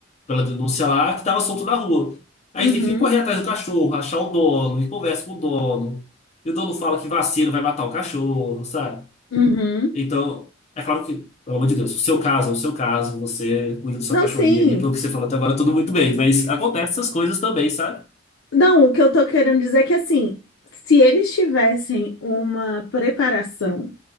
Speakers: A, on the left; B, on the left.
A: pela denúncia lá, que estava solto na rua. Aí
B: uhum,
A: a gente tem que correr
B: uhum,
A: atrás do cachorro, achar o dono, e conversa com o dono. E o dono fala que vacina vai matar o cachorro, sabe?
B: uhum.
A: Então, é claro que, pelo amor de Deus, o seu caso é o seu caso, você cuida do seu
B: Não,
A: cachorrinho
B: sim.
A: ali, pelo que você falou até agora, tudo muito bem, mas acontece essas coisas também, sabe?
B: Não, o que eu tô querendo dizer é que assim, se eles tivessem uma preparação